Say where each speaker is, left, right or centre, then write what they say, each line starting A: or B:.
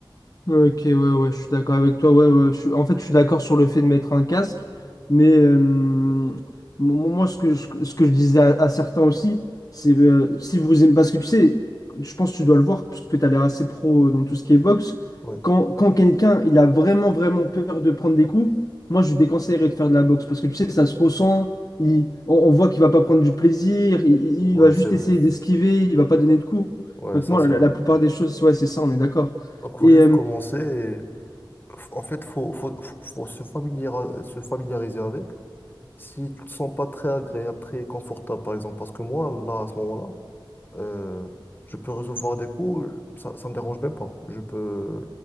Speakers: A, on the left; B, on the left.
A: Ok, ouais, ouais, je suis d'accord avec toi. Ouais, ouais, je suis- En fait, je suis d'accord sur le fait de mettre un casque, mais euh, mo- moi, ce que je, ce que je disais à, à certains aussi, c'est euh, si vous aimez, parce que tu sais, je pense que tu dois le voir, puisque tu as l'air assez pro euh, dans tout ce qui est boxe.
B: Ouais,
A: Quand, quand quelqu'un il a vraiment, vraiment peur de prendre des coups, moi, je lui déconseillerais de faire de la boxe, parce que tu sais, ça se ressent, il, on, on voit qu'il va pas prendre du plaisir, il, il-
B: ouais,
A: il va juste
B: c'est vrai.
A: essayer d'esquiver, il va pas donner de coups.
B: Ouais,
A: Donc,
B: ça
A: moi,
B: c'est
A: la,
B: vrai.
A: la plupart des choses, ouais, c'est ça, on est d'accord.
B: Donc faut
A: Et,
B: juste commencer et f- en fait faut faut, faut, faut se familiariser, se familiariser avec. Si tu te sens pas très agréable, très confortable par exemple, parce que moi là à ce moment-là Euh, je peux recevoir des coups, ça, ça me dérange même pas. Je peux...